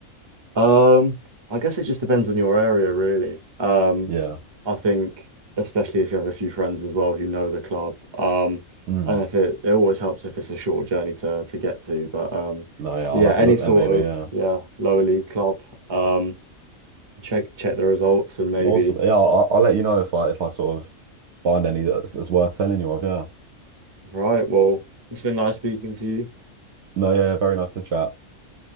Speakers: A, on the right; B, on the right.
A: Um, I guess it just depends on your area, really. Um,
B: Yeah.
A: I think especially if you have a few friends as well who know the club. Um,
B: Mm.
A: and if it it always helps if it's a short journey to to get to. But um,
B: No, yeah,
A: yeah,
B: I'll have
A: any
B: a look
A: sort
B: then maybe.
A: of
B: Yeah.
A: yeah lower league club. Um, check check the results and maybe
B: Awesome. Yeah, I'll, I'll I'll let you know if I if I sort of find any that's, that's worth telling you of. Yeah.
A: right. Well, it's been nice speaking to you.
B: No, yeah, very nice to chat.